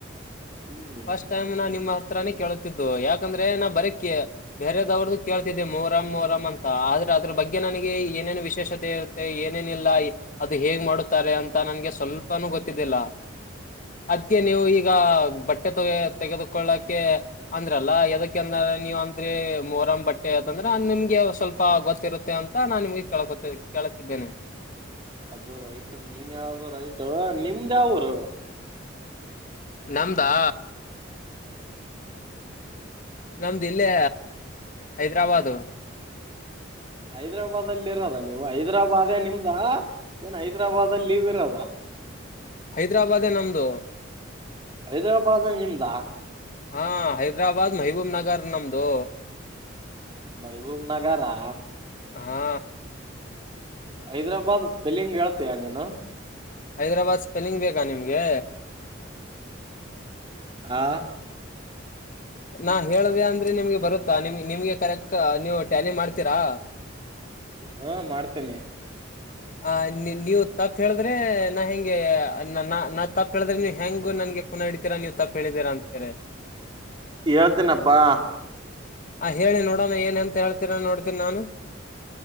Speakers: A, on the right; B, on the left.
A: ಹ್ಮ್
B: ಫಸ್ಟ್ ಟೈಮ್ ನನ್ ನಿಮ್ಮ ಮಾತ್ರಾನೇ ಕೇಳತಿದ್ದು ಯಾಕಂದ್ರೆ ನಾ ಬರಕ್ಕೆೆ ಬೇರದವ್ರದ್ದು ಕೇಳ್ತಿದ್ದೆ ಮೊಹರಂ ಮೊಹರಂ ಅಂತ ಆದ್ರೆ ಅದ್ರ ಬಗ್ಗೆ ನನಗೆ ಏನೇನು ವಿಶೇಷತೆ ಇರುತ್ತೆ ಏನೇನಿಲ್ಲ ಅದು ಹೇಗ್ ಮಾಡುತ್ತಾರೆ ಅಂತ ನನ್ಗೆ ಸ್ವಲ್ಪನೂ ಗೊತ್ತಿದ್ದಿಲ್ಲ ಅದಕ್ಕೆ ನೀವು ಈಗ ಬಟ್ಟೆ ತಗ ತೆಗೆದುಕೊಳ್ಳಕೆ ಅಂದ್ರಲ್ಲ ಯದಕ್ಕೆ ಅಂದ್ರ ನೀವ ಅಂದ್ರೀ ಮೊಹರಂ ಬಟ್ಟೆ ಯತ್ತಂದ್ರ ನಿಮ್ಗೆ ಸ್ವಲ್ಪ ಗೊತ್ತಿರುತ್ತೆ ಅಂತ ನಾನ್ ನಿಮ್ಗೆ ಕಳ್ಕೊತ ಕೇಳತಿದ್ದೇನೆ
A: ಅದು ರೈಟ್ ನೀನ್ ಯಾವ್ದ ರೈಟ್ ನಿಮ್ದ ಯಾವ ಊರು
B: ನಮ್ದಾ ನಮ್ದುಲ್ಲಿ ಹೈದ್ರಾಬದು
A: ಹೈದ್ರಾಬಾದಲ್ಲಿ ಇರೋದ ನೀವು ಹೈದ್ರಾಬಾದೇ ನಿಮ್ದ ಏನ್ ಹೈದ್ರಾಬಾದಲ್ಲಿ ಲೀವ್ ಇರೋದ
B: ಹೈದ್ರಾಬಾದೇ ನಮ್ದು
A: ಹೈದರಾಬಾದ್ ನಿಮ್ದಾ
B: ಹಾ ಹೈದ್ರಾಬಾದ್ ಮೈಬೂಬ್ ನಗರ್ ನಮ್ದು
A: ಮೈಬೂಬ್ ನಗರಾ
B: ಹಾ
A: ಹೈದ್ರಾಬಾದ್ ಸ್ಪೆಲ್ಲಿಂಗ್ ಹೇಳ್ತೀಯ ನೀನು
B: ಹೈದ್ರಾಬಾದ್ ಸ್ಪೆಲ್ಲಿಂಗ್ ಬೇಕಾ ನಿಮ್ಗೆ
A: ಹಾ
B: ನನ್ ಹೇಳ್ದ ಅಂದ್ರೆ ನಿಮ್ಗೆ ಬರುತ್ತಾ ನಿಮ್ ನಿಮ್ಗೆ ಕರೆಕ್ಟ್ ನೀವು ಟ್ಯಾಲಿ ಮಾಡ್ತೀರಾ
A: ಹಾ ಮಾಡ್ತೇನಿ
B: ಹಾ ನೀವ್ ತಪ್ಪ ಹೇಳಿದ್ರೆ ನಾ ಹೆಂಗೆ ನಾನಾ ತಪ್ಪು ಹೇಳಿದ್ರೆ ನೀವ್ ಹೆಂಗ ನನ್ಗ <unintelligible> ನೀವ್ ತಪ್ಪು ಹೇಳಿದೀರಾ ಅನ್ತಾರೆ
A: ಹೇಳ್ತೀನಪ್ಪಾ
B: ಹಾ ಹೇಳಿ ನೋಡೋಣ ಏನಂತ ಹೇಳ್ತೀರ ನೋಡ್ತೀನಿ ನಾನು